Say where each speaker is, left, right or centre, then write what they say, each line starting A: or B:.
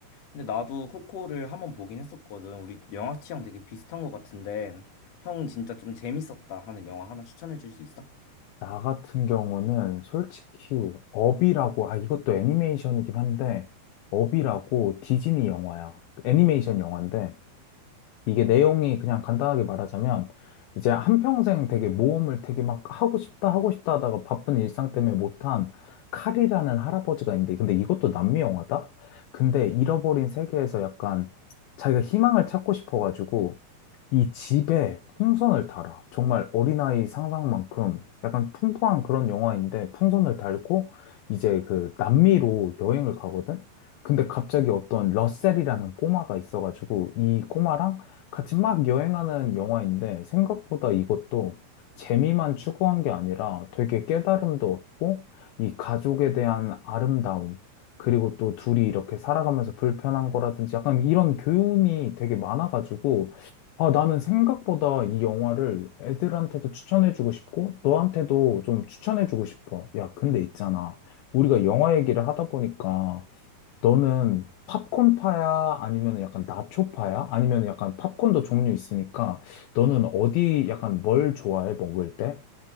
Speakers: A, on the left (about 50°); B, on the left (about 75°).
A: 근데 나도 코코를 한번 보긴 했었거든. 우리 영화 취향 되게 비슷한 것 같은데, 형 진짜 좀 재밌었다 하는 영화 하나 추천해 줄 수 있어?
B: 나 같은 경우는 솔직히 업이라고, 아, 이것도 애니메이션이긴 한데, 업이라고 디즈니 영화야. 애니메이션 영화인데, 이게 내용이 그냥 간단하게 말하자면 이제 한평생 되게 모험을 되게 막 하고 싶다 하고 싶다 하다가 바쁜 일상 때문에 못한 칼이라는 할아버지가 있는데 근데 이것도 남미 영화다? 근데 잃어버린 세계에서 약간 자기가 희망을 찾고 싶어가지고 이 집에 풍선을 달아. 정말 어린아이 상상만큼 약간 풍부한 그런 영화인데 풍선을 달고 이제 그 남미로 여행을 가거든? 근데 갑자기 어떤 러셀이라는 꼬마가 있어가지고 이 꼬마랑 같이 막 여행하는 영화인데 생각보다 이것도 재미만 추구한 게 아니라 되게 깨달음도 얻고 이 가족에 대한 아름다움 그리고 또 둘이 이렇게 살아가면서 불편한 거라든지 약간 이런 교훈이 되게 많아가지고 아, 나는 생각보다 이 영화를 애들한테도 추천해주고 싶고, 너한테도 좀 추천해주고 싶어. 야, 근데 있잖아. 우리가 영화 얘기를 하다 보니까, 너는 팝콘파야? 아니면 약간 나초파야? 아니면 약간 팝콘도 종류 있으니까, 너는 어디 약간 뭘 좋아해, 먹을 때?